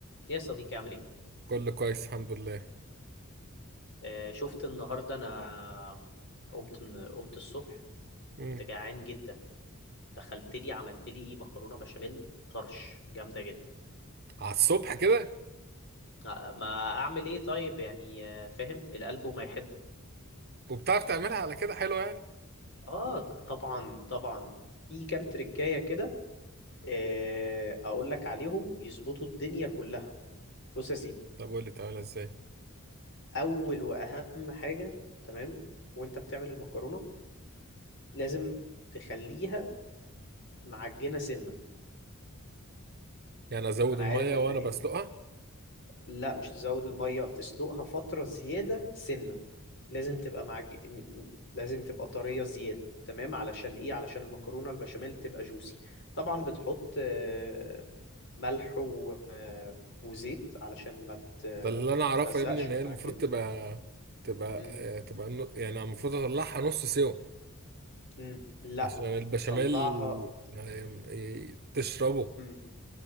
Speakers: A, on the left; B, on the right.
A: يا صديقي عامل ايه
B: كله كويس الحمد لله
A: آه شفت النهارده انا قمت من قمت الصبح كنت
B: امم
A: جعان جدا دخلت لي عملت لي مكرونه بشاميل طرش جامده جدا
B: على الصبح كده
A: آه ما اعمل ايه طيب يعني آه فاهم القلب وما يحبه
B: وبتعرف تعملها على كده حلوه يعني
A: اه طبعا طبعا في كام تريكايه كده آه اقول لك عليهم يظبطوا الدنيا كلها بص يا سيدي
B: طب قول لي تعملها ازاي
A: اول واهم حاجه تمام وانت بتعمل المكرونه لازم تخليها معجنه سنه
B: يعني ازود
A: انا
B: الميه
A: عارف ان
B: وانا بسلقها
A: لا مش تزود الميه تسلقها فتره زياده سنه لازم تبقى معج... م- م- لازم تبقى طريه زياده تمام علشان ايه علشان المكرونه البشاميل تبقى جوسي طبعا بتحط آه، ملح و... آه، وزيت علشان ما ت...
B: ده اللي انا
A: ما
B: اعرفه
A: تلزقش
B: يا ابني ان
A: وتعجن
B: هي المفروض تبقى تبقى
A: مم.
B: آه، تبقى نو- يعني المفروض اطلعها نص سوا
A: مم. لا
B: عشان البشاميل
A: طلعها
B: يعني ي- تشربه
A: مم.